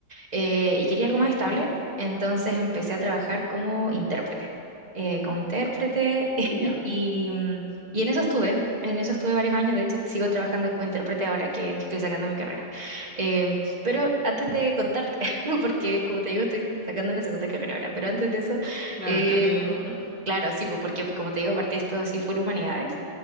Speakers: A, on the right (about 25°); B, in the centre.
A: eh, y quería algo más estable,
B: Mm.
A: entonces empecé a trabajar como intérprete, eh, como intérprete <laughs>
B: Ya.
A: y, mm, y en eso estuve, en eso estuve varios años, de hecho sigo trabajando como intérprete ahora que, que estoy sacando mi carrera. Eh, pero antes de contarte, <laughs> porque como te digo, estoy sacando una segunda carrera ahora, pero antes de eso,
B: Claro,
A: eh,
B: el cambio de rubro.
A: claro, sí, pues, porque como te digo, partí esto así full humanidades,